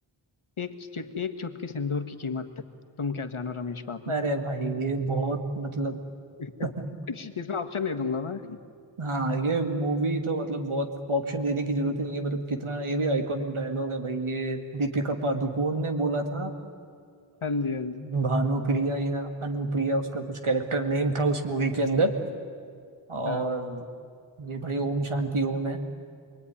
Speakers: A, on the left; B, on the right.
A: एक चुट, एक चुटकी सिंदूर की कीमत तुम क्या जानो रमेश बाबू
B: अरे भाई ये बहुत मतलब
A: <laughs>
B: <laughs>
A: इसमें ऑप्शन नहीं दूंगा मैं
B: हाँ ये मूवी तो मतलब बहुत ऑप्शन देने की जरूरत ही नहीं है मतलब कितना ये भी आइकॉनिक डायलॉग है भाई ये दीपिका पादुकोण ने बोला था अ,
A: <laughs> हाँ जी हाँ जी
B: भानुप्रिया या अनुप्रिया उसका कुछ कैरेक्टर नेम था उस मूवी के अंदर और
A: हाँ
B: ये भाई ओम शांति ओम है